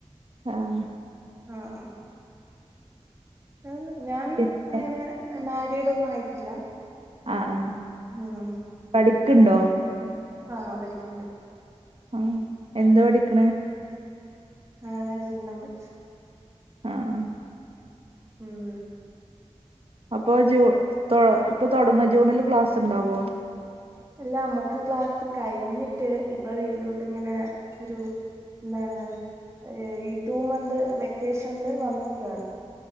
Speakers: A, on the right; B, on the right.
A: ആഹ്
B: ആഹ് ഞാന് ഞാൻ
A: പിന്നെ
B: അങ്ങനെ മാരിഡ് ഒന്നും ആയിട്ടില്ല
A: അഹ് ആഹ്
B: ഉം
A: പഠിക്ക്ണ്ടോ
B: ആഹ് ആഹ് പഠിക്ക്ണ്ട്
A: അ ഹ് എന്താ പടിക്ക്ണ്
B: ആഹ് ജിങ്നോമെക്സ്
A: അഹ് ആഹ്
B: ഉം
A: അപ്പൊ ജൂ തൊ ഇപ്പൊ തൊടങ്ങോ ജൂണില് ക്ലാസ് ഇണ്ടാവോ
B: അല്ല അമ്മക്ക് ക്ലാസ്സ് കഴിഞ്ഞിട്ട് ഇപ്പൊ വീട്ടിലോട്ട് ഇങ്ങനെ ഒരു എന്താണ് ഏഹ് ഈ ടു മന്ത് വെക്കേഷൻല് വന്ന്ക്ക്യാണ്